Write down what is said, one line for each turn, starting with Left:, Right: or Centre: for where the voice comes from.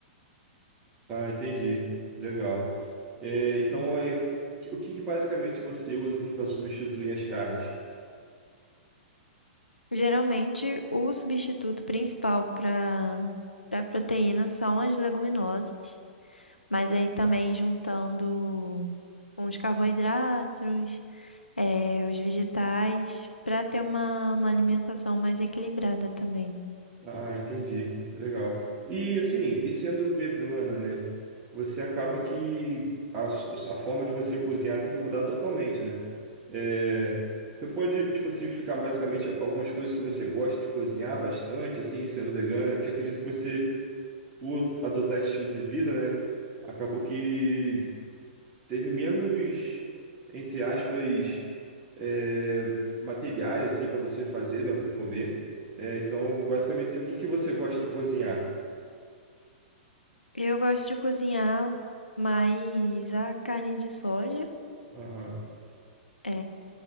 Right: Ah, entendi. Legal. É, então, aí, o que que basicamente você usa, assim, para substituir as carnes?
Left: Geralmente, o substituto principal para para proteína são as leguminosas, mas aí também juntando com os carboidratos, é, os vegetais, para ter uma, uma alimentação mais equilibrada também.
Right: Ah, entendi. Legal. E assim, e sendo vegana, né? Você acaba que a, su- a forma de você cozinhar tem que mudar totalmente, né? É, você pode, tipo assim, explicar basicamente algumas coisas que você gosta de cozinhar bastante, assim, sendo vegana, né? Porque acredito que você, por adotar esse estilo de vida, né? Acabou que teve menos, entre aspas, é, materiais assim para você fazer, né, o que comer. É, então, basicamente, assim, o que que você gosta de cozinhar?
Left: Eu gosto de cozinhar mais a carne de soja.
Right: Aham,
Left: É,